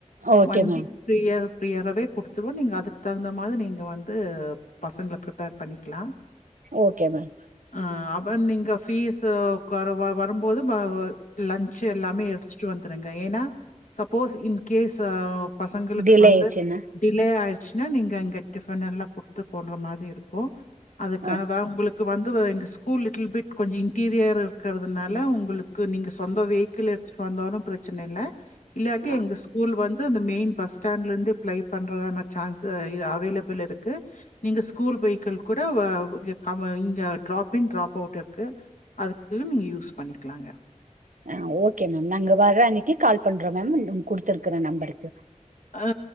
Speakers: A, on the right (about 85°); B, on the left (about 75°).
A: okay
B: one
A: ma'am
B: week prior பிரியராவே குடுத்துருவோ நீங்க அதுக்கு தகுந்த மாரி நீங்க வந்து பசங்கள ப்ரிப்பேர் பண்ணிக்கலா
A: ஓகே மேம்
B: ஆ அப்ற நீங்க ஃபீஸு கொறவா வரும்போது ம வ லஞ்ச்சு எல்லாமே எடுத் ச்சுட்டு வந்துருங்க ஏனா சப்போஸ் இன்கேஸ் அ பசங்களுக்கு
A: டிலே
B: வந்து
A: ஆயிடுச்சுன்னா
B: டிலே ஆயிருச்சுனா நீங்க அங்க டிஃபனெல்லா குடுத்து போட்ற மாரி இருக்கு அதுக்கானதா
A: ஓ
B: உங்களுக் க்கு வந்து வ எங்க ஸ்கூல் லிட்டில் பிட் கொஞ்ச இன்டீரியர் இருக்கிறதுனால உங்களுக்கு நீங்க சொந்த வே கிக்கிள் எடுத்துட்டு வந்தாலு பிரச்சன இல்ல இல்லாட்டி
A: ஆ
B: எங்க ஸ்கூல் வந்து அந்த மெயின் பஸ் ஸ்டாண்ட்லருந்து பிளை பண்றதான சான்ஸு இது அவைலபிள் இருக்கு நீங்க ஸ்கூல் வெயிக்கள் கூட வ இங்க கவ இங்கெ ட்ராப்பிங் ட்ராப் அவுட் இருக்கு அதுக்கு நீங்க யூஸ் பண்ணிக்கலாங்க
A: ஆ ஓகே மேம் நாங்க வர்ற அன்னைக்கு கால் பண்றோ மேம் நீங் குடுத்திருக்குற நம்பருக்கு
B: அ